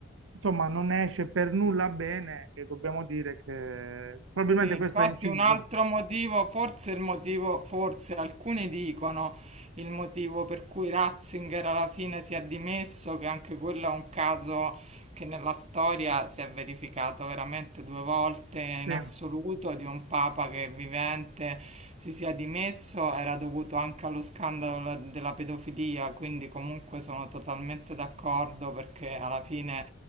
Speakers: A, on the right; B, on the right.
A: insomma, non ne esce per nulla bene e dobbiamo dire che probabilmente
B: Sì, infatti
A: questo ha inciso.
B: un altro motivo, forse il motivo, forse alcuni dicono il motivo per cui Ratzinger alla fine si è dimesso, che anche quello è un caso che nella storia si è verificato veramente due volte in
A: Sì,
B: assoluto di un papa che vivente si sia dimesso, era dovuto anche allo scandalo della pedofilia, quindi comunque sono totalmente d'accordo perché alla fine